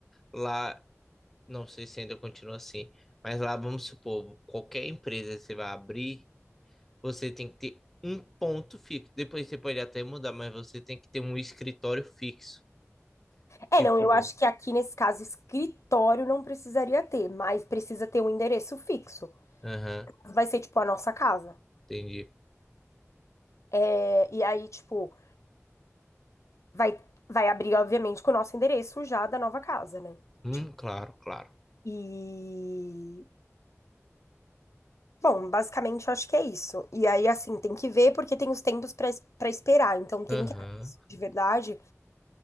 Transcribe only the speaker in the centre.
lá, não sei se ainda continua assim, mas lá, vamos supor, qualquer empresa que você vai abrir, você tem que ter um ponto fixo. Depois você pode até mudar, mas você tem que ter um escritório fixo. Tipo,
aham,
entendi.
Hum,
claro, claro.
Aham.